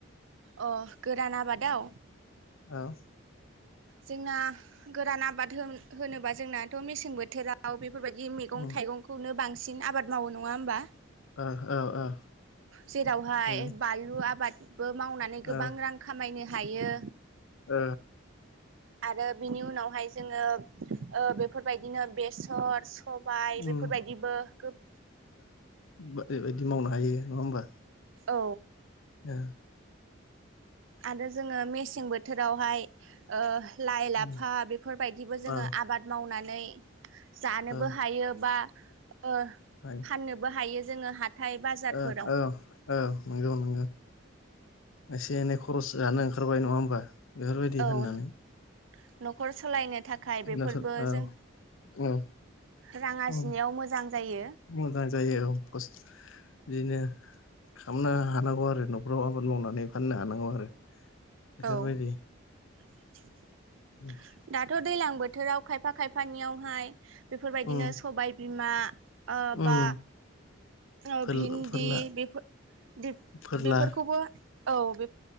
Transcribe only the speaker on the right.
अ गोरान आबादाव?
जोंना गोरान आबाद होनोबा जोंनाथ' मेसें बोथोराव बे बेफोरबायदि मैगं
थाइगंखौनो बांसिन आबाद मावो नङा होमबा?
जेरावहाय
बानलु आबाद मावनानै गोबां
रां खामायनो हायो।
आरो बिनि उनावहाय जोङो ओ बेफोरबायदिनो बेसर सबाय
बेफोरबायदिबो गोब
औ।
आरो जोङो मेसें बोथोरावहाय ओ लाइ लाफा
बेफोरबायदिबो जोङो
आबाद मावनानै जानोबो
हायो बा ओ
फाननोबो हायो जोङो हा हाथाय बाजारफोराव
औ
न'खर सालायनो थाखाय बेफोरबो
जों
रां आरजिनायाव
मोजां जायो
औ <inaudible>
दाथ' दैलां बोथोराव खायफा खायफानियावहाय बेफोरबायदिनो
सबायबिमा ओ बा
औ
भिन्दि
बेफो बे
बेफोरखौबो औ बे